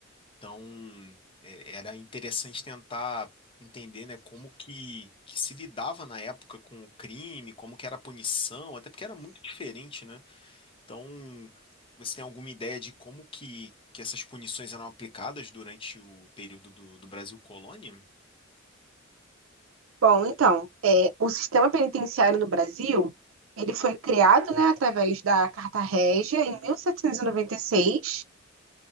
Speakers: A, on the left (about 25°); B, on the right (about 75°).
A: Então, é, era interessante tentar entender, né, como que, que se lidava na época com o crime, como que era a punição, até porque era muito diferente, né? Então, você tem alguma ideia de como que, que essas punições eram aplicadas durante o período do, do Brasil Colônia?
B: Bom, então, é, o sistema penitenciário no Brasil, ele foi criado, né, através da Carta Régia em 1796.